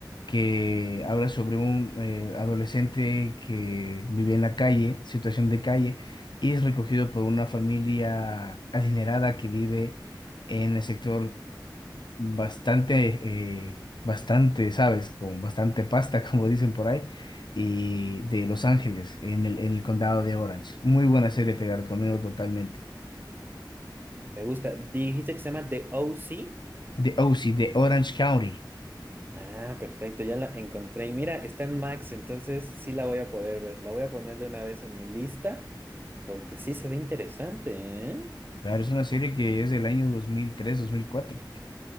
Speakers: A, on the left; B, on the right.
A: que habla sobre un eh, adolescente que vive en la calle, situación de calle y es recogido por una familia adinerada que vive en el sector bastante, eh, bastante, ¿sabes? Como bastante pasta, <laughs> como dicen por ahí, y de Los Ángeles, en el, en el condado de Orange. Muy buena serie, te la recomiendo totalmente.
B: Me gusta. Dijiste que se llama The O C
A: The OC, de Orange County.
B: Ah, perfecto, ya la encontré. Y mira, está en Max, entonces sí la voy a poder ver. La voy a poner de una vez en mi lista, porque sí se ve interesante, ¿eh?
A: Claro, es una serie que es del año 2003, 2004.